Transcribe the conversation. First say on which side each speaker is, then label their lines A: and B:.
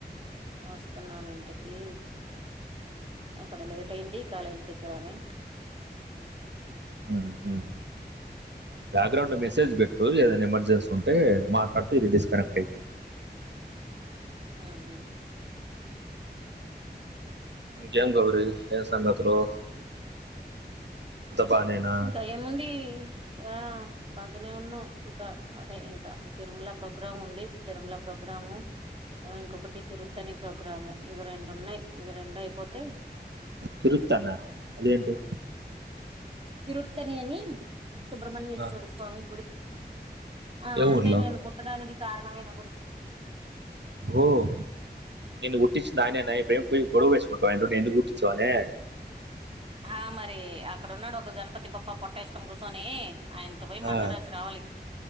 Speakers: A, on the right (about 30°); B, on the right (about 85°).
A: వస్తున్నాను ఇంటికి అక్కడ లేట్ అయింది కాలేజీ దగ్గరని.
B: ఉమ్ ఉమ్ బ్యాక్గ్రౌండ్ మెసేజ్ బెట్టు ఏదైనా ఎమర్జెన్సీ ఉంటే మా. పడుతది ఇదో డిస్కనెక్ట్ అయితది.
A: ఆహ్.
B: ఇకేం గబర్లు ఏం సంగతులు. బానేనా
A: ఇంకా ఏముంది. ఆహ్ బాగానే ఉన్నాం ఇంకా అదే ఇంకా తిరుమల ప్రోగ్రామ్ ఉంది తిరుమల ప్రోగ్రా. ప్రోగ్రాము ఆహ్ ఇంకొకటి తిరుపతనే ప్రోగ్రాము ఇవి రెండు ఉన్నాయి. ఇవి రెండు అయిపోతే.
B: తిరుత్తన్నా అదేంటి
A: తిరుతని అని సుబ్రహమణ్యేశ్వర
B: ఆ
A: స్వామి గుడి. ఆహ్
B: ఏ
A: అంటే
B: ఊర్లో
A: నేను పుట్టడానికి కారణమైన గుడి.
B: ఓహ్. నిన్ను పుట్టించిది ఆయనే అని ఇప్పుడేం పోయి గొడవ చేసుకుంటావా ఆయన తోటి ఎందుకు పుట్టించావాని.
A: ఆహ్ మరి అక్కడున్నాడు ఒక గణపతి పాప్ప పొట్ట వేసుకొని కూర్చొని. ఆయనతో పోయి మాట్లాడేసి
B: ఆ
A: రావాలి.